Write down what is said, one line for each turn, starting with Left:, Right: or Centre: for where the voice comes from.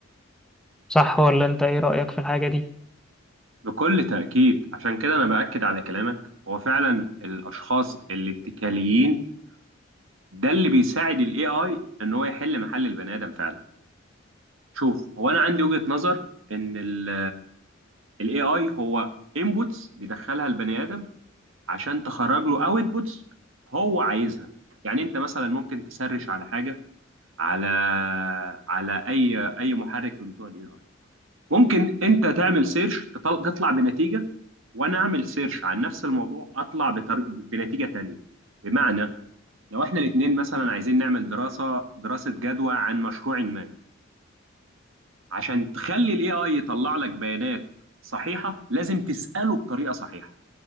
Centre: صح ولا انت ايه رأيك في الحاجة دي
Right: بكل تأكيد عشان كده أنا بأكد على كلامك هو فعلا الأشخاص الاتكاليين ده اللي بيساعد ال AI إن هو يحل محل البني آدم فعلا. شوف هو انا عندي وجهة نظر ان ال ال AI هو inputs بيدخلها البني ادم عشان تخرج له outputs هو عايزها يعني انت مثلا ممكن تسرش على حاجة على على اي اي محرك من بتوع ال AI ممكن انت تعمل سيرش تطلع بنتيجة وانا اعمل سيرش عن نفس الموضوع اطلع بتر... بنتيجة تانية بمعنى لو احنا الاتنين مثلا عايزين نعمل دراسة دراسة جدوى عن مشروع ما عشان تخلي الاي اي يطلع لك بيانات صحيحه لازم تساله بطريقه صحيحه